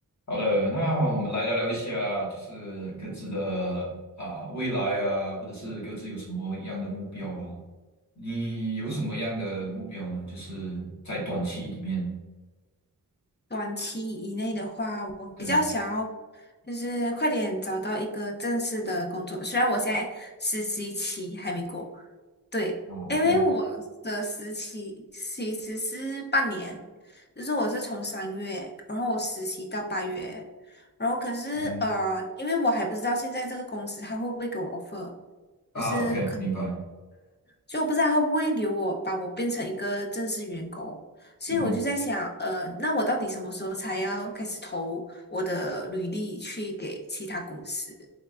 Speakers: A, on the left; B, on the left.
A: 好的，那我们来聊聊一下，就是各自的啊未来啊，或者是各自有什么样的目标吧。你有什么样的目标呢？就是在短期里面，
B: 短期以内的话，我比较想要
A: 对
B: 就是快点找到一个正式的工作。虽然我现在实习期还没过，对，
A: 啊，OK，
B: 因为我的实习其实是半年，就是我是从三月，然后我实习到八月，然后可是呃，
A: 嗯
B: 因为我还不知道现在这个公司他会不会给我 offer，
A: 啊，OK，
B: 就是可。
A: 明白，
B: 所以我不知道他会不会留我，把我变成一个正式员工。所以我就在想，
A: 嗯哼，
B: 呃，那我到底什么时候才要开始投我的履历去给其他公司？